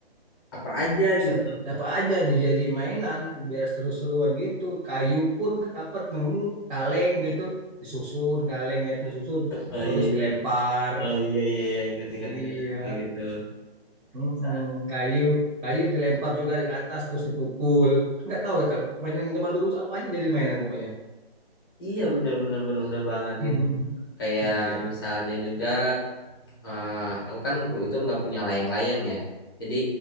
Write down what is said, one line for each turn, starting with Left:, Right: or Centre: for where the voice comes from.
Left: apa aja
Right: bisa
Left: gitu?
Right: dapat aja dijadi mainan biar seru-seruan gitu kayu pun dapat nemu kaleng gitu disusun kalengnya terus susun
Left: Oh
Right: terus
Left: iya
Right: dilempar
Left: iya. Oh iya iya iya. Ingat ingat
Right: iya
Left: ingat kayak gitu.
Right: mm-mm.
Left: Sa-
Right: kayu kayu dilempar juga di atas terus dipukul nggak tahu ya Kak, mainan zaman dulu tuh apa aja jadi mainan pokoknya
Left: Iya bener bener bener bener banget
Right: <laughs>
Left: gitu. Kayak
Right: iya
Left: misalnya juga eh, aku kan itu nggak punya layang-layang ya. Jadi